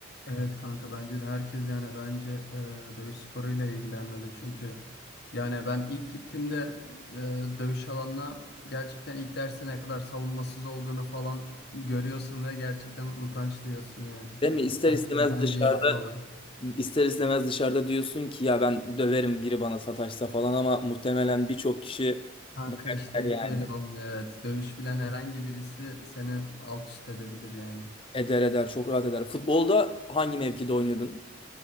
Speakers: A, on the left; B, on the left.
A: Evet kanka bence de herkes yani bence e, dövüş sporuyla ilgilenmeli çünkü yani ben ilk gittiğimde e, dövüş alanına gerçekten ilk derste ne kadar savunmasız olduğunu falan görüyorsun ve gerçekten utanç duyuyorsun yani.
B: Değil mi? İster
A: Herkes
B: istemez
A: bence
B: dışarıda
A: yapmalı.
B: ister istemez dışarıda diyorsun ki ya ben döverim biri bana sataşsa falan ama muhtemelen birçok kişi
A: Kanka
B: döver
A: işte
B: yani.
A: hiç öyle olmuyor evet. Dövüş bilen herhangi birisi seni alt üst edebilir yani.
B: Eder eder çok rahat eder. Futbolda hangi mevkide oynuyordun?